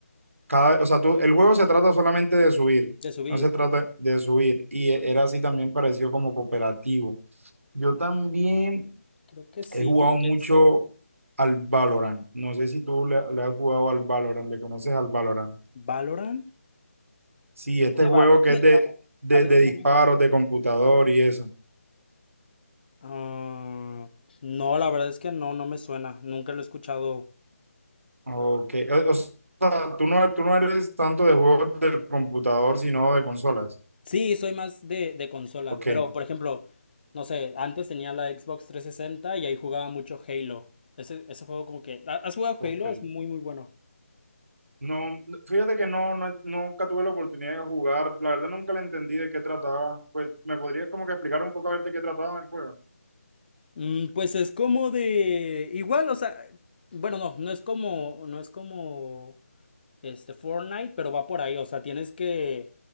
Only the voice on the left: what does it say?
De subir.
Creo que sí,
como que
sí.
¿Valorant?
¿De qué
va? Es
que
a veces
no me...
Ah, no, la verdad es que no, no me suena. Nunca lo he escuchado
Sí, soy más de, de consola,
pero por ejemplo, no sé, antes tenía la Xbox 360 y ahí jugaba mucho Halo. Ese, ese juego como que... ¿ha- ¿Has jugado
Halo? Es muy, muy bueno.
Mm, pues es como de... Igual, o sea, bueno, no, no es como, no es como este Fortnite, pero va por ahí, o sea, tienes que